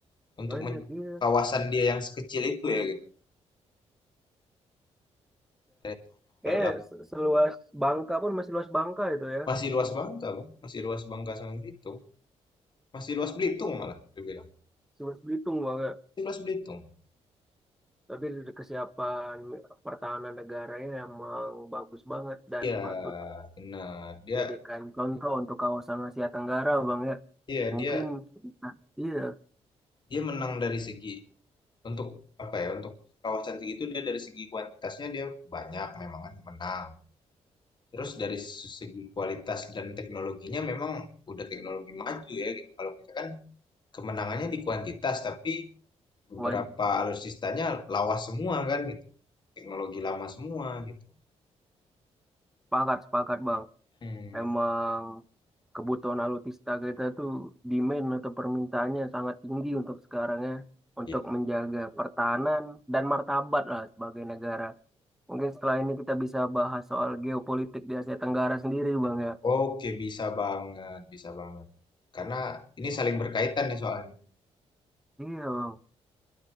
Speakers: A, on the left; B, in the centre.
A: Untuk
B: Banyak
A: men-
B: iya.
A: kawasan dia yang sekecil itu ya gitu. Eh,
B: Kayaknya
A: la-
B: se- seluas Bangka pun masih luas Bangka itu ya.
A: Masih luas Bangka, Bang. Masih luas Bangka sama Belitung. Masih luas Belitung malah, dia bilang.
B: Seluas Belitung banget.
A: Masih luas Belitung.
B: Tapi dari kesiapan pertahanan negaranya emang bagus banget dan
A: Iya,
B: patut
A: benar. Dia
B: dijadikan contoh untuk kawasan Asia Tenggara Bang ya.
A: iya
B: Mungkin
A: dia
B: nah, iya,
A: dia menang dari segi Untuk apa ya? Untuk kawasan segitu dia dari segi kuantitasnya dia banyak memang kan menang. Terus dari segi kualitas dan teknologinya memang udah teknologi maju ya gitu. Kalau kita kan kemenangannya di kuantitas tapi beberapa
B: wan-
A: alutsistanya lawas semua kan gitu. Teknologi lama semua gitu.
B: sepakat sepakat Bang.
A: Hmm.
B: Emang kebutuhan alutsista kita tuh demand atau permintaannya sangat tinggi untuk sekarang ya. Untuk
A: Ya.
B: menjaga pertahanan dan martabat lah sebagai negara Mungkin setelah ini kita bisa bahas soal geopolitik di Asia Tenggara sendiri, Bang ya.
A: Oke, bisa banget, bisa banget. Karena ini saling berkaitan ya soalnya.
B: Iya, Bang.